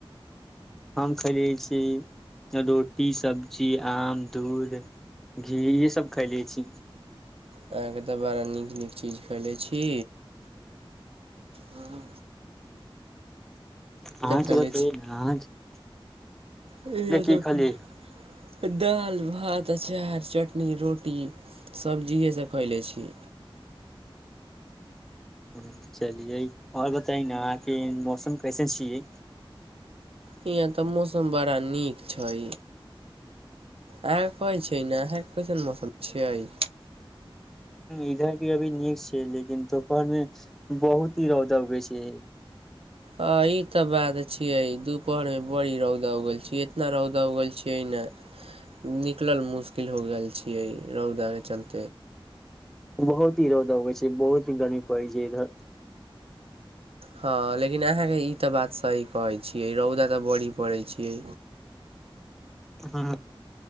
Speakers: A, in the centre; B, on the right.
A: हम खेलै छी रोटी सब्जी आम दूध घी इहे सब खैले छी
B: अहाँके तऽ बड़ा नीक नीक चीज खैले छी हँ
A: अअहाँ
B: खयले
A: के बतैयै न अहाँके
B: इहे द
A: की खलियै
B: क दाल भात अचार चटनी रोटी सब्जिएसँ खयलै छी
A: हुँ चलियै आओर बताय न अहाँके मौसम कैसन छियै
B: यहाँ तऽ मौसम बड़ा नीक छै अहाँ के कहै छियै न अहाँके कैसन मौसम छीयै
A: इधर भी अभी नीक छै लेकिन दोपहर मे बहुत ही रौदा उगे छै
B: अ ई तऽ बात छियै दुपहर मे बड़ी रौदा उगल छीयै इतना रौदा उगल छियै ने निकलल मुश्किल हो गेल छियै रौदा के चलते
A: बहुत ही रौदा उगै छै बहुत ही गर्मी पड़ै छै इधर
B: हँ लेकिन अहाँके ई तऽ बात सही कहै छियै रौदा तऽ बड़ी पड़ैत छियै
A: हुँ